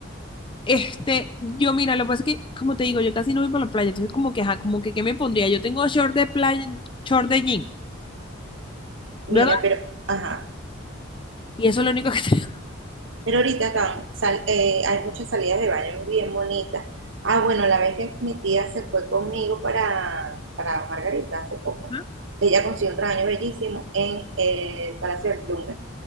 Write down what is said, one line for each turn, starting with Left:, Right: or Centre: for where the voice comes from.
Left: Este, yo mira, lo que pasa es que, como te digo, yo casi no voy para la playa, entonces como que, ajá, como que, ¿qué me pondría? Yo tengo short de playa, short de jean, ¿verdad?
Right: Mira, pero, ajá.
Left: Y eso es lo único que <laughs> tengo.
Right: Pero ahorita tan, sal- eh, hay muchas salidas de baño bien bonitas. Ah, bueno, la vez que mi tía se fue conmigo para, para Margarita hace poco,
Left: Ajá,
Right: ella consiguió un traje bellísimo en eh, el Palacio del Blumen.